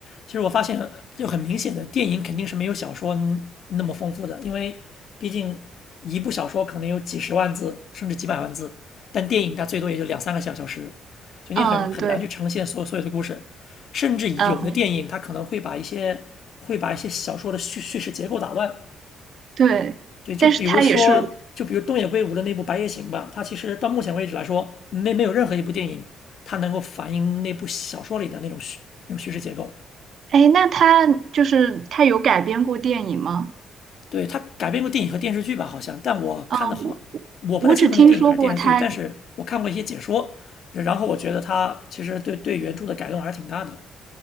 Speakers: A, on the left; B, on the right.
A: 其实我发现就很明显的，电影肯定是没有小说那么丰富的，因为毕竟一部小说可能有几十万字甚至几百万字，但电影它最多也就两三个小小时，就你很很难去呈现所有所有的故事，
B: 嗯，对，
A: 甚至有的电影它可能会把一些会把一些小说的叙叙事结构打乱。
B: 嗯，对，
A: 对，就比如说，
B: 但是它也是，
A: 就比如东野圭吾的那部《白夜行》吧，它其实到目前为止来说，没没有任何一部电影它能够反映那部小说里的那种叙那种叙事结构。
B: 哎，那它就是它有改编过电影吗？
A: 对，它改编过电影和电视剧吧，好像，但我看的话，
B: 嗯，
A: 我不太清楚那电影还是电视剧，
B: 我只听说过它，
A: 但是我看过一些解说，然后我觉得它其实对对原著的改动还是挺大的。